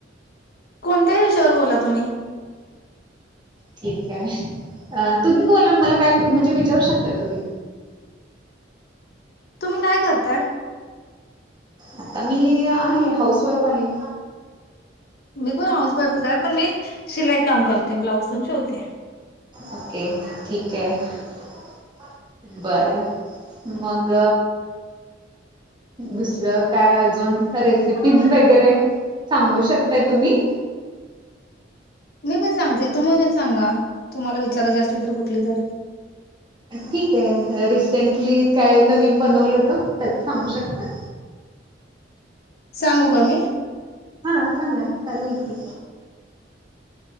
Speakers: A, on the left; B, on the right.
A: कोणत्याही वीषयावर बोला तुम्ही
B: ठीक आहे अ तुम्ही बोला मला काय म्हणजे विचारू शकताय तुम्ही
A: तुम्ही काय करताय
B: आता मी आहे हाऊस वाईफ आहे
A: मी पण हाऊसवाईफच आहे पण मी शिलाई काम करते ब्लाऊज तेन शिवते
B: ओके ठीक आहे बर मग दुसरं काय अजून रेसिपीज वगैरे सांगू शकताय तुम्ही
A: <unintelligible> पण सांगते तुम्ही पण सांगा तुम्हाला विचाराची असली तर कुठली तरी
B: ठीक आहे रिसेंटली काय नवीन बनवलंत त्याच सांगू शकता?
A: सांगू का मी?
B: हा सांगा चालेल की.